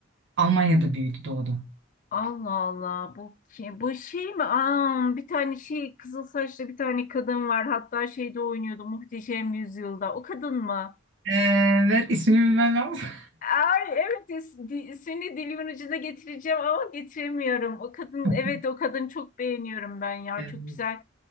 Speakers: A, on the right (about 60°); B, on the left (about 40°).
A: Almanya'da büyüdü doğdu.
B: Allah Allah bu ki bu şey mi? Aa, bir tane şey kızıl saçlı bir tane kadın var. Hatta şeyde oynuyordu Muhteşem Yüzyılda. O kadın mı?
A: Evet ismini bilmem lazım.
B: Ay evet is- di- ismini dilimin ucuna getireceğim ama getiremiyorum. O kadın
A: <laughs>
B: evet o kadın çok beğeniyorum ben ya
A: Eee,
B: çok güzel.